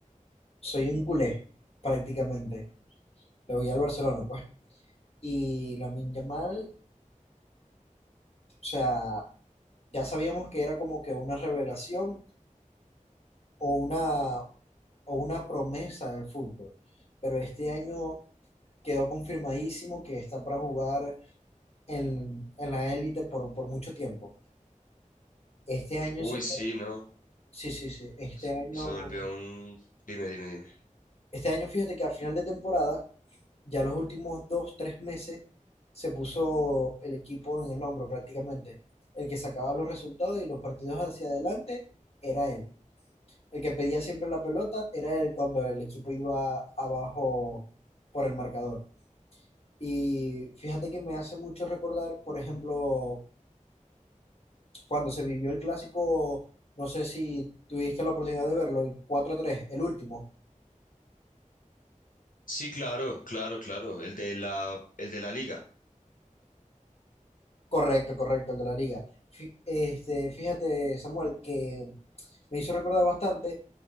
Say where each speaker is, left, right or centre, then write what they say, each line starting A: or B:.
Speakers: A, on the left; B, on the left.
A: soy un culé, prácticamente. Le voy al Barcelona, pues. Y la Yamal, o sea, ya sabíamos que era como que una revelación, o una, o una promesa del fútbol. Pero este año quedó confirmadísimo que está para jugar en, en la élite por, por mucho tiempo. Este año
B: Uy,
A: se... car-
B: sí, no,
A: Sí, sí, sí. Este
B: se,
A: año,
B: se volvió un... Dime, dime, dime.
A: este año fíjate que a final de temporada, ya los últimos dos, tres meses, se puso el equipo en el hombro prácticamente. El que sacaba los resultados y los partidos hacia adelante era él. El que pedía siempre la pelota era el cuando el equipo iba abajo por el marcador. Y fíjate que me hace mucho recordar, por ejemplo, cuando se vivió el clásico, no sé si tuviste la oportunidad de verlo, el 4 tres el último.
B: Sí, claro, claro, claro, el de la, el de la liga.
A: Correcto, correcto, el de la liga. Fí- Este, fíjate, Samuel, que me hizo recordar bastante